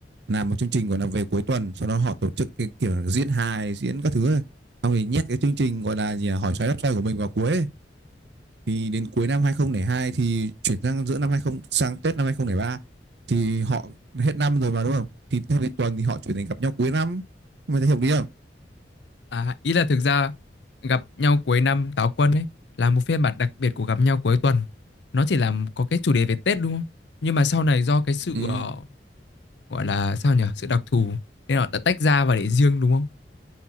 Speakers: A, on the right (about 70°); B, on the left (about 80°).
A: làm một chương trình gọi là về cuối tuần sau đó họ tổ chức cái kiểu diễn hài diễn các thứ ấy. xong thì nhét cái chương trình gọi là gì à? hỏi xoáy đáp xoay của mình vào cuối ấy. thì đến cuối năm 2002 thì chuyển sang giữa năm 20 sang Tết năm hai không không ba thì họ hết năm rồi mà đúng không? Thì theo cái tuần thì họ chuyển thành gặp nhau cuối năm. Mày thấy hợp lý không?
B: À, ý là thực ra gặp nhau cuối năm Táo Quân ấy là một phiên bản đặc biệt của gặp nhau cuối tuần. Nó chỉ là có cái chủ đề về Tết đúng không? Nhưng mà sau này do cái sự
A: Ừ,
B: ờ, gọi là sao nhỉ? Sự đặc thù nên họ đã tách ra và để riêng đúng không?